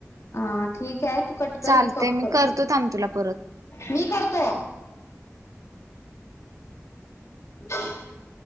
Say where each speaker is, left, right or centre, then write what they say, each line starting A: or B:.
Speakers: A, on the left (about 60°); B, on the right (about 90°).
A: ह ठीक आहे, तू कट कर,
B: चालतंय
A: मी कट करते,
B: करतो थांब तुला परत.
A: मी करतो. ह <unintelligible>